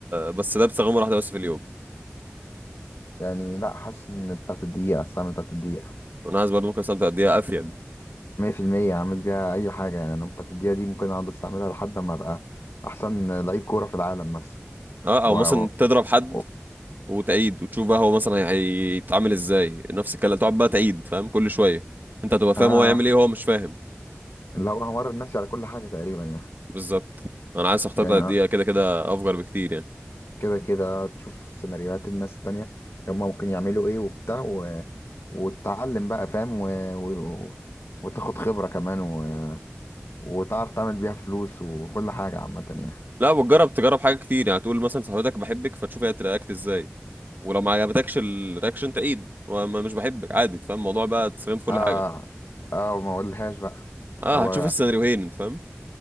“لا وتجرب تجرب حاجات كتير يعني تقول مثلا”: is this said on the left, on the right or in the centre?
Right